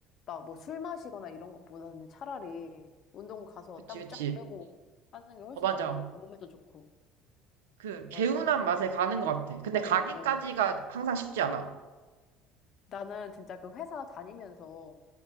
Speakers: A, on the left; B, on the right.
A: 막 뭐 술 마시거나 이런 것보다는 차라리 운동 가서
B: 그치,
A: 땀
B: 그치.
A: 쫙 빼고 하는 게 훨씬
B: 어, 맞아.
A: 낫지. 몸에도 좋고.
B: 그, 개운한
A: 맞아, 맞아.
B: 맛에 가는 것 같아. 근데
A: 어, 어.
B: 가기까지가 항상 쉽지 않아.
A: 나는 진짜 그 회사 다니면서